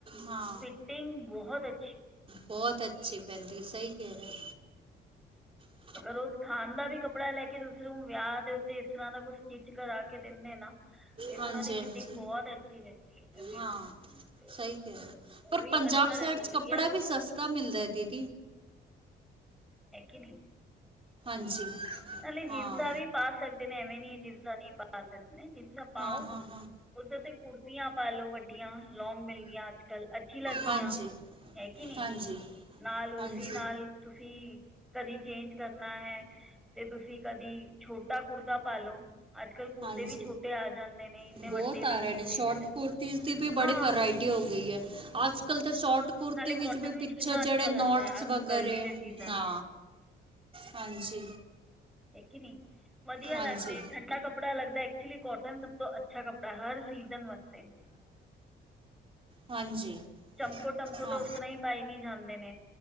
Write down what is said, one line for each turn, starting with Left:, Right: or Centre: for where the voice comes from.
Right: ਹਾਂ।
Centre: ਟਿੰਗ ਬਹੁਤ ਅੱ
Right: ਬਹੁਤ ਅੱਛੀ ਪੈਂਦੀ ਸਹੀ ਕਹਿ ਰਹੇ ਔ।
Centre: ਅਗਰ ਉਹ ਥਾਨ ਦਾ ਵੀ ਕੱਪੜਾ ਲੈ ਕੇ ਉਸਨੂੰ ਵਿਆਹ ਦੇ ਉੱਤੇ ਇਸ ਤਰ੍ਹਾਂ ਦਾ ਕੁਛ ਸਟਿਚ ਕਰਾ ਕੇ ਦਿੰਦੇ ਨਾ ਤੇ ਉਹਨਾਂ
Right: ਹਾਂਜੀ
Centre: ਦੀ ਫਿਟਿੰਗ
Right: ਹਾਂਜੀ
Centre: ਬਹੁਤ ਅੱਛੀ ਰਹਿੰਦੀ
Right: ਹਾਂ
Centre: ਹੈ <unintelligible>
Right: ਸਹੀ ਕਹਿ ਰਹੇ
Centre: ਉਹ
Right: ਪਰ
Centre: ਵੀ
Right: ਪੰਜਾਬ
Centre: ਅੱਛਾ
Right: ਸਾਈਡ
Centre: ਰਹਿੰਦਾ
Right: ਚ
Centre: ਵਧੀਆ
Right: ਕੱਪੜਾ
Centre: ਰਹਿੰਦਾ
Right: ਵੀ ਸਸਤਾ
Centre: ਉਹ
Right: ਮਿਲਦਾ ਦੀਦੀ।
Centre: ਹੈ ਕੇ ਨਈ।
Right: ਹਾਂਜੀ,
Centre: ਨਾਲੇ ਜੀਨਸਾਂ
Right: ਹਾਂ
Centre: ਵੀ ਪਾ ਸਕਦੇ ਨੇ, ਐਵੇਂ ਨੀ ਜੀਨਸਾਂ ਨਹੀਂ ਪਾ ਸਕਦੇ, ਜੀਨਸਾਂ ਪਾਓ।
Right: ਹਾਂ ਹਾਂ ਹਾਂ
Centre: ਉਸਦੇ ਤੇ ਕੁੜਤੀਆਂ ਪਾ ਲਓ, ਵੱਡੀਆਂ ਲੋਂਂਗ ਮਿਲਦੀਆਂ ਅੱਜ- ਕਲ੍ਹ ਅੱਛੀ ਲੱਗਦੀਆਂ।
Right: ਹਾਂਜੀ
Centre: ਹੈ ਕੇ ਨੀ
Right: ਹਾਂਜੀ
Centre: ਨਾਲ ਉਸੀ
Right: ਹਾਂਜੀ
Centre: ਨਾਲ ਤੁਸੀ ਕਦੀ ਚੇਂਜ ਕਰਨਾ ਹੈ, ਤੇ ਤੁਸੀਂ ਕਦੀ ਛੋਟਾ ਕੁੜਤਾ ਪਾਲੋ। ਅੱਜ-ਕੱਲ ਕੁੜਤੇ
Right: ਹਾਂਜੀ
Centre: ਵੀ ਛੋਟੇ ਆ ਜਾਂਦੇ ਨੇ ਇੰਨੇ
Right: ਬਹੁਤ
Centre: ਵੱਡੇ ਵੀ
Right: ਆ
Centre: ਨਹੀਂ
Right: ਰਹੇ ਨੇ
Centre: ਚਾਹੀਦੇ
Right: ਸ਼ੋਰਟ
Centre: ਤੇ
Right: ਕੁੁਰਤੀਜ਼ ਵੀ ਬੜੀ
Centre: ਹਾਂ
Right: ਵਰਾਇਟੀ ਹੋ ਗਈ ਹੈ ਅੱਜ-ਕਲ ਤਾਂ ਸ਼ੋਟ ਕੁੁਰਤੀ
Centre: ਨਾਲੇ
Right: ਵਿੱਚ
Centre: ਕੋਟਨ
Right: ਵੀ ਪਿੱਛੇ
Centre: ਕਿੰਨਾ
Right: ਜਿਹੜੇ
Centre: ਅੱਛਾ ਲੱਗਦਾ
Right: ਨੋਟਸ
Centre: ਹੈ ਹੁਣ
Right: ਵ
Centre: ਗਰਮੀ
Right: ਘਰੇ
Centre: ਦੇ ਸੀਜ਼ਨ
Right: ਨਾ
Centre: 'ਚ
Right: ਹਾਂਜੀ।
Centre: ਹੈ ਕਿ ਨੀ ਵਧੀਆ
Right: ਹਾਂਜੀ
Centre: ਲੱਗਦੇ ਠੰਡਾ ਕੱਪੜਾ ਲੱਗਦਾ। ਐਕਚੁਲੀ ਕੋਟਨ ਸਭ ਤੋਂ ਅੱਛਾ ਕੱਪੜਾ ਹਰ ਸੀਜ਼ਨ ਵਾਸਤੇ।
Right: ਹਾਂਜੀ
Centre: ਚਮਕੋ ਟਮਕੋ ਤਾਂ
Right: ਹਾਂ
Centre: ਉਸ ਤਰ੍ਹਾਂ ਹੀ ਪਾਏ ਨੀ ਜਾਂਦੇ ਨੇ